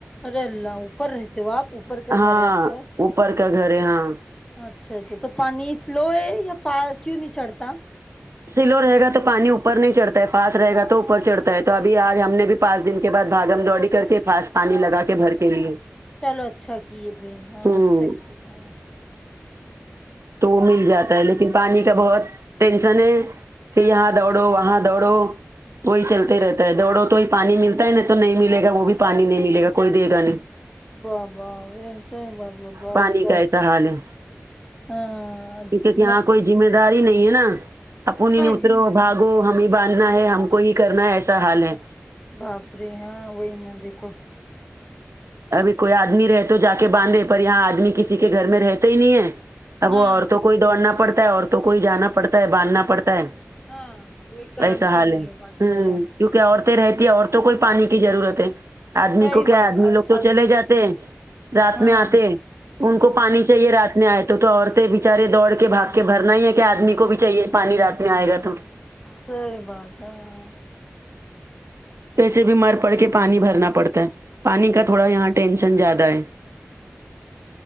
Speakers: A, on the left; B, on the right.
A: ارے اللہ اوپر رہتے ہو آپ اوپر کا
B: ہاں
A: گھر ہے آپ کا
B: اوپر کا گھر ہے ہاں
A: اچھا اچھا تو پانی سلو ہے یا ف کیوں نہیں چڑھتا
B: سلو رہے گا تو پانی اوپر نہیں چڑھتا ہے فاسٹ رہے گا تو اوپر چڑھتا ہے تو ابھی آج ہم نے بھی پانچ دن کے بعد بھاگم دوڑی کر کے فسٹ پانی لگا کے بھر کے لیے
A: چلو اچھا کیے بہن ہاں
B: ہوں
A: اچھا کیے ہیں
B: تو وہ مل جاتا ہے لیکن پانی کا بہت ٹینشن ہے کہ یہاں دوڑو وہاں دوڑو وہی چلتے رہتا ہے دوڑو تو ہی پانی ملتا ہے ن تو نہیں ملے گا وہ بھی پانی نہیں ملے گا کوئی دے گا نہیں
A: واہ واہ یہ صحیح بات بولی <unintelligible>
B: پانی
A: بہ د
B: کا ایسا حال ہے
A: ہاں
B: کیونکہ یہاں
A: مطب
B: کوئی ذمہ داری نہیں ہے نا اپنی نہیں اترو
A: جی
B: بھاگو ہمیں باندھنا ہے ہم کو ہی کرنا ہے ایسا حال ہے
A: باپرے ہاں وہی نہ دیکھو
B: ابھی کوئی آدمی رہ تو جا کے باندھے پر یہاں آدمی کسی کے گھر میں رہتا ہی نہیں ہے اب
A: ہاں
B: وہ عورتوں کوئی دوڑنا پڑتا ہے عورتوں کوئی جانا پڑتا ہے باندھنا پڑتا ہے
A: ہاں کوئی کرم
B: ایسا حال
A: کے نہیں ہے بازو
B: ہوں
A: والے آپ
B: کیونکہ عورتیں رہتی ہے عورتوں کو ہی پانی کی ضرورت ہے آدمی
A: صحیح
B: کو کیا
A: بات
B: ہے آدمی لوگ تو
A: آدمی
B: چلے جاتے رات
A: ہاں
B: میں آتے ان کو پانی چاہیے رات میں آئے تو عورتیں بچارے دوڑ کے بھاگ کے بھرنا ہی ہے کہ آدمی کو بھی چاہیے پانی رات میں آئے گا تو
A: صحیح بات ہاں
B: پھرسے بیمار پڑ کے پانی بھرنا پڑتا ہے پانی
A: ہوں
B: کا تھوڑا یہاں ٹینشن زیادہ ہے